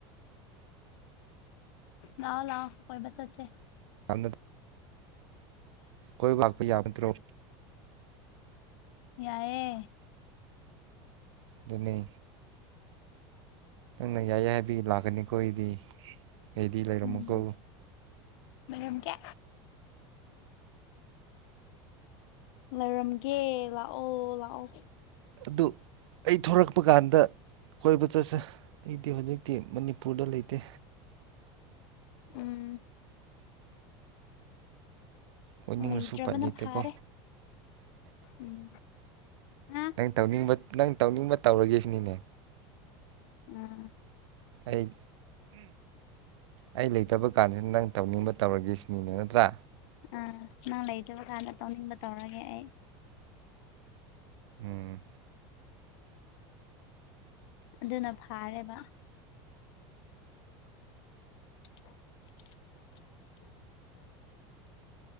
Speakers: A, on the left; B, on the right.
A: ꯂꯑꯣ ꯂꯑꯣ ꯀꯣꯏꯕ ꯆꯠꯁ
B: ꯍ ꯀꯣꯏ ꯂꯥꯛꯛꯄꯩ ꯌꯥꯕꯠꯇꯔꯣ
A: ꯌꯥꯏꯑꯦ
B: ꯑꯗꯨꯅꯤ ꯅ ꯌꯥꯏꯌꯦ ꯍꯥꯏꯕꯒꯤ ꯂꯥꯛꯀꯅꯤꯀꯣ ꯑꯩꯗꯤ ꯑꯩꯗꯤ ꯂꯩꯔꯝꯃꯨꯀꯣ
A: ꯎꯝ ꯂꯩꯔꯝꯒꯦ ꯂꯩꯔꯝꯒꯦ ꯂꯥꯛꯑꯣ ꯂꯥꯛꯑꯣ
B: ꯑꯗꯨ ꯑꯩ ꯊꯣꯔꯛꯄ ꯀꯥꯟꯗ ꯀꯣꯏꯕ ꯆꯠꯁ ꯑꯩꯗꯤ ꯍꯧꯖꯤꯛ ꯠꯇꯦ ꯃꯅꯤꯄꯨꯔꯗ ꯂꯩꯇꯦ
A: ꯎꯝ
B: ꯀꯣꯏꯅꯤꯡꯅꯁꯨ
A: ꯂꯩꯇ꯭ꯔꯕꯅ
B: ꯄꯥꯏ ꯂꯩꯇꯦꯀꯣ
A: ꯐꯥꯔꯦ ꯎꯝ ꯍꯥ
B: ꯅꯪ ꯇꯧꯅꯤꯡꯕ ꯅꯪ ꯇꯧꯅꯤꯡꯕ ꯇꯧꯔꯒꯦꯁꯤꯅꯤꯅꯦ
A: ꯎꯝ
B: ꯑꯩ ꯑꯩ ꯂꯩꯇꯕ ꯀꯥꯟꯁꯤꯗ ꯅꯪ ꯇꯧꯅꯤꯡꯕ ꯇꯧꯔꯒꯦ ꯁꯤꯅꯤꯅꯦ ꯅꯠꯇ꯭ꯔꯥ
A: ꯑꯥ ꯅꯪ ꯂꯩꯗꯕ ꯀꯥꯟꯗ ꯇꯧꯅꯤꯡꯕ ꯇꯧꯔꯒꯦ ꯑꯩ
B: ꯎꯝ
A: ꯑꯗꯨꯅ ꯐꯥꯔꯦꯕ <inaudible>